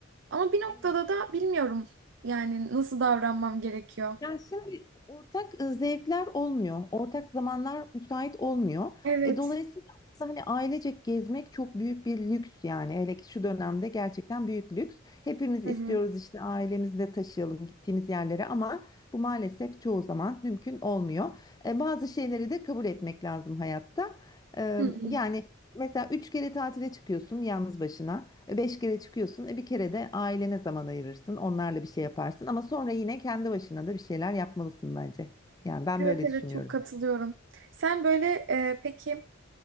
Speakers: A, on the right (about 65°); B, on the left (about 20°).
A: Ama bir noktada
B: Evet.
A: da bilmiyorum yani nasıl davranmam gerekiyor.
B: Yani şimdi ortak e, zevkler olmuyor. Ortak zamanlar müsait olmuyor.
A: Evet.
B: E, dolayısıyla aslında hani ailecek gezmek çok büyük bir lüks yani. Hele ki şu dönemde gerçekten büyük lüks. Hepimiz
A: Hı
B: istiyoruz
A: hı.
B: işte ailemizi de taşıyalım gittiğimiz yerlere ama bu maalesef çoğu zaman mümkün olmuyor. E, bazı şeyleri de kabul etmek lazım hayatta. E,
A: Hı hı.
B: yani mesela üç kere tatile çıkıyorsun yalnız başına. Beş kere çıkıyorsun. E bir kere de ailene zaman ayırırsın. Onlarla bir şey yaparsın. Ama sonra yine kendi başına da bir şeyler yapmalısın bence. Yani ben
A: Evet
B: böyle
A: evet
B: düşünüyorum.
A: çok katılıyorum. Sen böyle e, peki